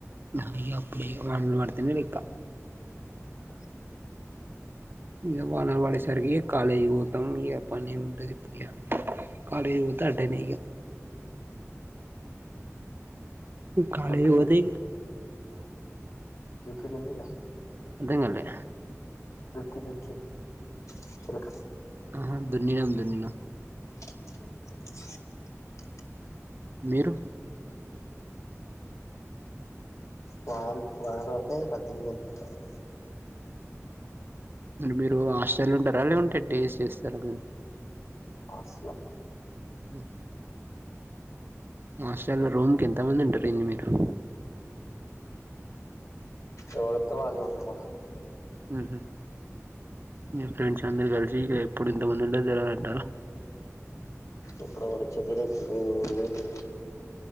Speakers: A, on the right (about 40°); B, on the left (about 80°).
A: అవి అప్పుడే వానలు వడుతునే లెక్క
B: ఓహ
A: ఇగ వానలు వడే సరికి కాలేజ్ కి పోతాం ఇగ పనేం ఉంటది ఇప్పుడు ఇగ కాలేజ్ పోతే అడ్డేనిగ కాలేజికి
B: దుక్కి
A: పోతే ఇంక్
B: డుక్కీరిమీలా
A: అదంగాలే
B: దుక్కి దుక్కి చిలక
A: ఆహా దున్నినామ్ దున్నినా
B: స
A: మీరు
B: వానల్ వానలు వడతే పత్తి గింజలు పెట్టాలే
A: అంటే మీరు హాస్టల్ ఉంటారా లేవుంటే డేస్ చేస్తారా మీరు
B: ఆస్లా
A: ఉ మాస్టల్ రూమ్ కి ఎంత మంది ఉంటారు ఏంది మీరు
B: ఎవరొత్తే వాళ్ళే ఉంటారు మా
A: ఉహు మీ ఫ్రెండ్స్ అందరు కలిసి ఇగ ఎప్పుడు ఇంతమంది ఉండే దరాలంటరా
B: ఇప్పుడ వకరుచిదరిపు ఊ వది